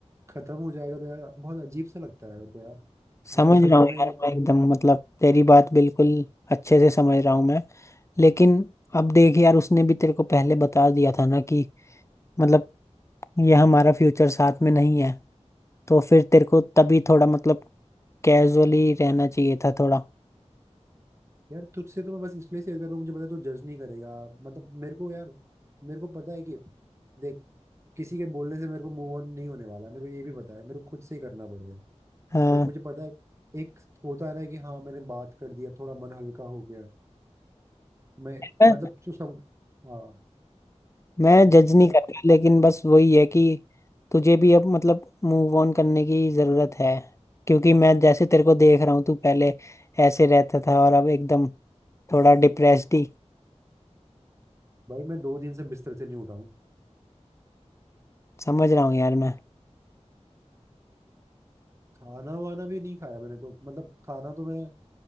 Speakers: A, on the right (about 25°); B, on the left (about 25°).
A: खत्म हो जाएगा तो यार बहुत अजीब सा लगता है मेरे को यार
B: समझ
A: मतलब समझ
B: रहा हूँ
A: में ही
B: यार
A: नहीं
B: मैं एकदम मतलब तेरी बात बिल्कुल अच्छे से समझ रहा हूँ मैं लेकिन अब देख यार उसने भी तेरे को पहले बता दिया था ना कि मतलब यह हमारा फ्यूचर साथ में नहीं है तो फिर तेरे को तभी थोड़ा मतलब कैजुअली रहना चाहिए था थोड़ा
A: यार तुझसे तो मैं बस इसलिए शेयर कर रहा हूँ मुझे पता है तू जज नहीं करेगा मतलब मेरे को यार मेरे को पता है कि देख किसी के बोलने से मेरे को मूव ऑन नहीं होने वाला मेरे को ये भी पता है मेरे को खुद से ही करना पड़ेगा
B: हाँ
A: बट मुझे पता है एक होता है ना कि हाँ मैंने बात कर दिया थोड़ा मन हल्का हो गया मैं
B: मैं
A: मतलब जो सब हाँ
B: मैं जज नहीं
A: यार
B: कर रहा लेकिन बस वही है कि तुझे भी अब मतलब मूव ऑन करने की ज़रूरत है क्योंकि मैं जैसे तेरे को देख रहा हूँ तू पहले ऐसे रहता था और अब एकदम थोड़ा डिप्रेस्ड ही
A: भाई मैं दो दिन से बिस्तर से नहीं उठा हूँ
B: समझ रहा हूँ यार मैं
A: खाना वाना भी नहीं खाया मैंने तो मतलब खाना तो मैंने